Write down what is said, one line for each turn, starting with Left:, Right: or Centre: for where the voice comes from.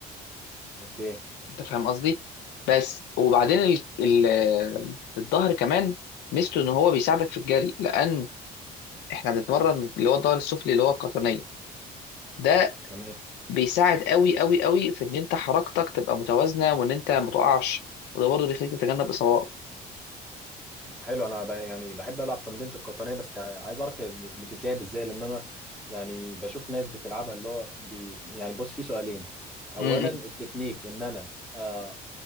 Centre: اوكي
Left: انت فاهم قصدي بس وبعدين ال... ال... الظهر كمان ميزته ان هو بيساعدك في الجري لان احنا بنتمرن اللي هو الظهر السفلي اللي هو القطنيه ده
Centre: تمام
Left: بيساعد قوي قوي قوي في ان انت حركتك تبقى متوازنه وان انت ما تقعش وده برضه بيخليك تتجنب اصابات
Centre: حلو انا ب... يعني بحب العب تمرينة القطنية بس يعني عايز اعرف هي بتتلعب ازاي لان انا يعني بشوف ناس بتلعبها اللي هو بي... يعني بص في سؤالين اولا
Left: م- م.
Centre: التكنيك ان انا آه،